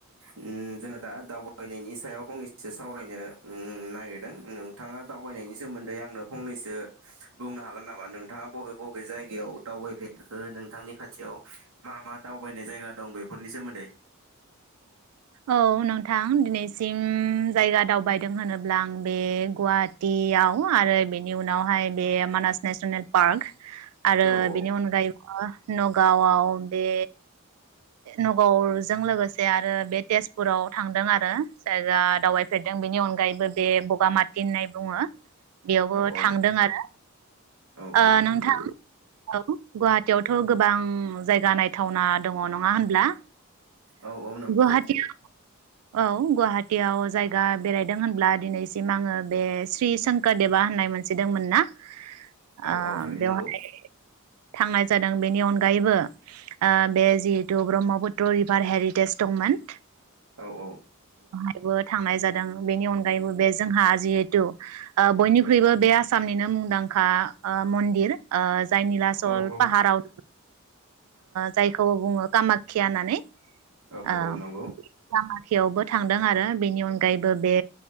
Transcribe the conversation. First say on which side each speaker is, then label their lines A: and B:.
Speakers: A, on the right; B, on the right.
A: उम जोङो दा दावबायनायनि सायाव फंनैसो सावरायनो उम नागिरदों नोंथाङा दावबायनायनि सोमोन्दै आंनो फंनैसो बुंनो हागोन नामा नोंथाङा बबे बबे जायगायाव दावबायफेरखो नोंथांनि खाथियाव मा मा दावबायनाय जायगा दं बेफोरनि सोमोन्दै
B: औ नोंथां दिनैसिम जायगा दावबायदों होनोब्ला आं बे गुवाहाटियाव आरो बेनि उनावहाय बे मानास नेसनेल पार्क आरो
A: औ औ
B: बेनि अनगायैबो नगावआव बे नगावजों लोगोसे आरो बे तेजपुराव थांदों आरो जायगा दावबायफेरदों बेनि अनगायैबो बे बगामाथि होननाय बुङो बेयावबो
A: औ औ
B: थांदों आरो
A: औ
B: ओ
A: नंगौ
B: नोंथां औ गुवाहाटियावथ‌ गोबां जायगा नायथावना दङ नङा होनब्ला?
A: औ औ नंगौ
B: गुवाहाटि औ गुवाहाटीयाव जायगा बेरायदों होनब्ला दिनैसिम आङो बे श्री संकोरदेबा होननाय मोनसे दंमोन ना।
A: औ
B: ओ
A: औ थारैनो
B: बेवहाय
A: नोंगौ।
B: थांनाय जादों बेनि अनगायैबो ओ बे जिहेतु ब्रह्मपुत्र रिभार हेरिट टेस दंमोन
A: औ औ।
B: बो थांनाय जादों बेनि अनगायैबो बे जोंहा जिहेथु ओ बयनिख्रुइबो बे आसामनिनो मुंदांखा ओ मन्दिर ओ जाय निला सल
A: औ औ
B: पाहाराव ओ जायखौ बुङो कामाखिया होननानै।
A: औ
B: औ।
A: औ नंगौ
B: बेयावबो थांदों आरो बेनि अनगायैबो बे